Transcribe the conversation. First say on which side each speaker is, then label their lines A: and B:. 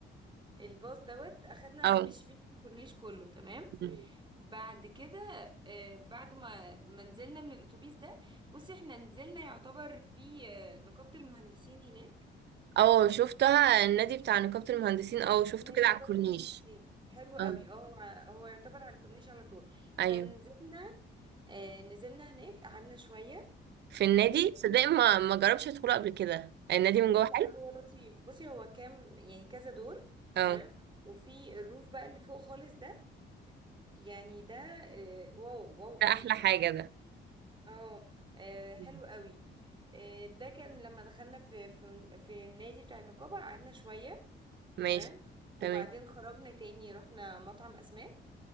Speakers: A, on the right; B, on the right.
A: الباص دوت أخدنا
B: اه
A: مش بيه الكورنيش كله تمام
B: مم.
A: بعد كده آه، بعد ما ما نزلنا من الأتوبيس ده بصي احنا نزلنا يعتبر في آه، نقابة المهندسين هناك
B: اه شفتها النادي بتاع نقابة المهندسين اه شفته
A: نادي
B: كده
A: نقابة
B: على الكورنيش
A: المهندسين حلو قوي
B: اه
A: اه هو هو يعتبر على الكورنيش على طول
B: ايوه
A: فنزلنا آه نزلنا هناك قعدنا شوية
B: في النادي
A: آه
B: صدق ما ما جربتش ادخله قبل كده النادي من
A: لا
B: جوه حلو
A: هو لطيف بصي هو كام يعني كذا دور
B: اه
A: تمام وفي الروف بقى اللي فوق خالص ده يعني ده آه واو واو قوي
B: ده احلى حاجة
A: يعني
B: ده
A: اه آه، حلو
B: مم.
A: قوي آه ده كان لما دخلنا في في في النادي بتاع النقابة قعدنا شوية
B: ماشي
A: تمام وبعدين
B: تمام
A: خرجنا تاني رحنا مطعم أسماك